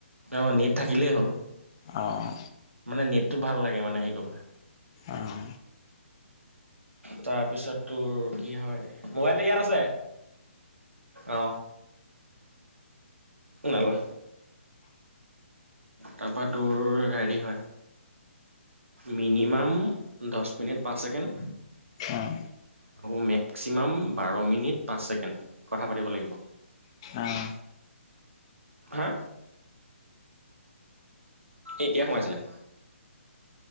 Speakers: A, on the right; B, on the left.
A: অঁ নেট থাকিলেই হ'ল
B: অঁ
A: মানে নেটটো ভাল লাগে মানে হেৰি কৰিবলৈ
B: আৰু
A: তাৰপিছত তোৰ কি হয় মোবাইলটো ইয়াত আছে অ নাল তাৰপৰা তোৰ হাড়ী হয় মিনিমাম দহ মিনিট পাঁচ ছেকেণ্ড
B: অঁ
A: হ'ব মেক্সিমাম বাৰ মিনিট পাঁচ ছেকেণ্ড কথা পাতিব লাগিব
B: অঁ
A: হা এতিয়া সোমাইছিলে